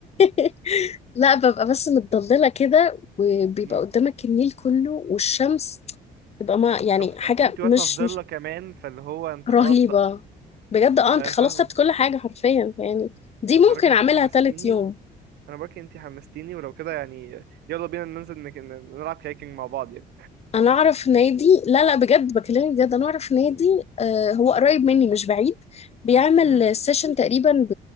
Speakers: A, on the left; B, on the right.
A: <laughs> لا ببقى بس متضللة كده وبيبقى
B: مم،
A: قدامك النيل كله والشمس تبقى ما يعني
B: تحفة
A: حاجة
B: وانت واقفة
A: مش
B: في ضلة
A: مش
B: كمان فاللي هو انت
A: رهيبة
B: خلاص بقى
A: بجد اه
B: اه
A: انت خلاص
B: فاهمك
A: خدت كل حاجة حرفيا يعني دي
B: عايز
A: ممكن
B: اقولك انت
A: اعملها
B: حمستيني
A: تالت يوم
B: انا بقولك انت حمستيني ولو كده يعني يلا بينا ننزل نك- ن- نلعب كايكنج مع بعض يعني
A: انا اعرف نادي لا لا بجد بكلمك بجد انا اعرف نادي آه هو قريب مني مش بعيد بيعمل
B: مم،
A: سيشن تقريبا ب